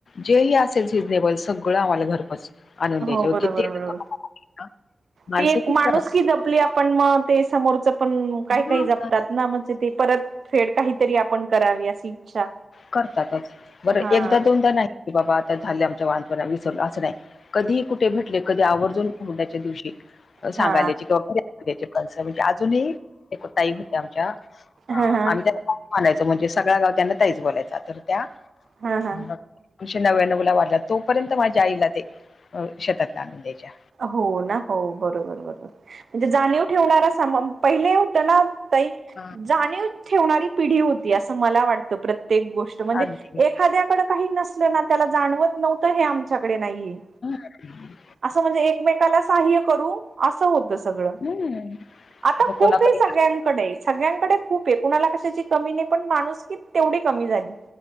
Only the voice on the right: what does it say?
हो बरोबर
बरोबर
ती एक
माणूस
जपली आपण मग ते समोरच पण काही काही
जपतात
ना म्हणजे ते परत फेड काहीतरी आपण करावी अशी इच्छा
हा
हा
हा हा
हा हा
हो ना हो बरोबर बरोबर म्हणजे जाणीव ठेवणारा स पहिले होत ना ताई
जाणीव ठेवणारी पिढी होती असं मला वाटतं प्रत्येक गोष्ट म्हणजे
एखाद्याकडे काही नसलं ना त्याला जाणवत नव्हतं हे आमच्याकडे नाहीये
असं म्हणजे एकमेकाला सहाय्य करू असं होतं सगळं
आता खूप
आहे सगळ्यांकडे सगळ्यांकडे खूप आहे कुणाला कशाची कमी नाही पण माणूस की तेवढी कमी झाली